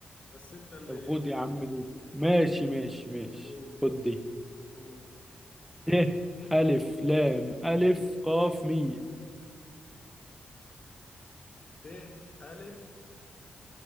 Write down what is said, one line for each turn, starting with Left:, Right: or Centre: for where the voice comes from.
Left: بس انت اللي
Centre: طب خد يا عم دي ماشي ماشي ماشي
Left: أوه.
Centre: خد دي
Left: أوه.
Centre: ت ألف لام ألف قاف ميم
Left: ت ألف